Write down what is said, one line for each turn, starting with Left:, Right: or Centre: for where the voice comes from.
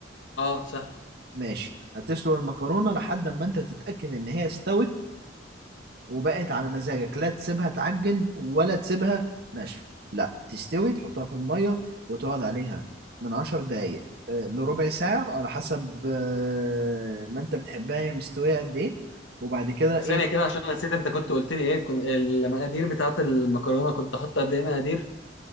Left: اه سهل
Right: ماشي هتسلق المكرونة لحد ما انت تتأكد ان هي استوت وبقت على مزاجك لا تسيبها تعجن ولا تسيبها ناشفة لا تستوي تحطها في المية وتقعد عليها من عشر دقايق آه، لربع ساعة على حسب آه، ما انت بتحبها هي مستوية قد ايه وبعد كده
Left: ثانيه
Right: ايه
Left: كده عشان أنا نسيت انت كنت قلت لي ايه كن- المقادير بتاعت المكرونه كنت حاطط قد ايه مقادير